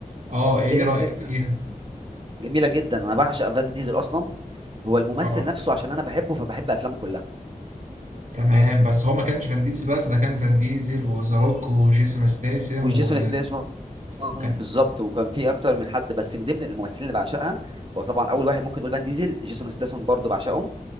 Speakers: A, on the right; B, on the right.
A: اه ايه
B: بلا
A: رأيك
B: استثناء
A: فيها
B: جميله جدا انا بعشق فان ديزل اصلا هو الممثل
A: اه
B: نفسه عشان انا بحبه فبحب افلامه كلها
A: تمام بس هو ما كانش فان ديزل بس ده كان فان ديزل وذا روك وجيسون ستاثام
B: وجيسون
A: و...
B: ستاثام
A: وكان
B: بالظبط وكان في اكتر من حد بس من ضمن الممثلين اللي بعشقها هو طبعا اول واحد ممكن نقول فان ديزل جيسون ستاثام برضو بعشقه